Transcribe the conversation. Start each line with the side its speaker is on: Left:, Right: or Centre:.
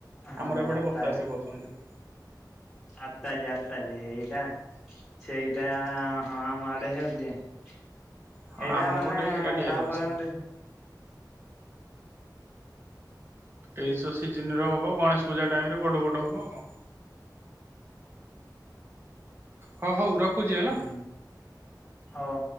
Centre: ହଁ
Right: ଆମର ଏପଟେ
Centre: ଆତାଜି
Right: ବତାସ କହୁଛନ୍ତି।
Centre: ଆତାଜି ଆତାଜି ଏଇଟା ସେଇଟା ହଁ ମାଡେ ହଉଛି। ସେଇଟା
Right: ହଁ ଆମ
Centre: ମାନେ
Right: ପଟେ ସେଇଟା ଢେର
Centre: ଆଉ
Right: ଅଛି।
Centre: କୁଆଡେ ଏମିତି
Right: ତେଇଶ ଅଶି ଜିନ ର ହ ବ ଗଣେଶ ପୂଜା ଟାଇମ୍ ବଡ଼ ବଡ଼ ହବ ଆଉ କଣ? ହଁ ହଉ ରଖୁଛି ହେଲା।
Centre: ହୁଁ ହଉ।